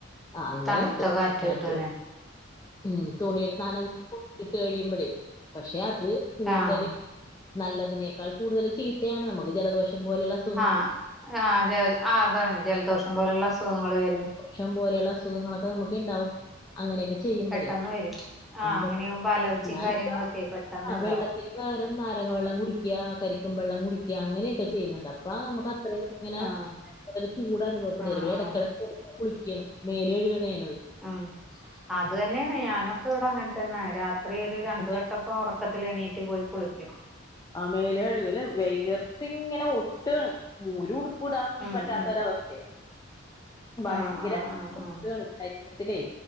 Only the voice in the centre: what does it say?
തണുത്ത
കിട്ടും അല്ലേ
ആഹ്
ആഹ് ആഹ് അതെ അതാണ് ജലദോഷം പോലെള്ള അസുഖങ്ങള് വരും.
പെട്ടെന്ന് വരും
അങ്ങനെയാകുമ്പോ അലർജിയും
കാര്യങ്ങളൊക്കെ പെട്ടെന്ന്
ഇണ്ടാവും
ആഹ്
ആഹ്
ആഹ്
ഉം അത് തന്നേണ് ഞാനൊക്കെ ഇവിടെ അങ്ങനെ തന്നെ രാത്രി ഒരു രണ്ട്‌
വട്ട ട്ടൊക്കെ ഒറക്കത്തിലെണ്ണീറ്റ് പോയി കുളിക്കും.
ഉം
ഉം
ആഹ് ആഹ്
ആഹ് ആഹ്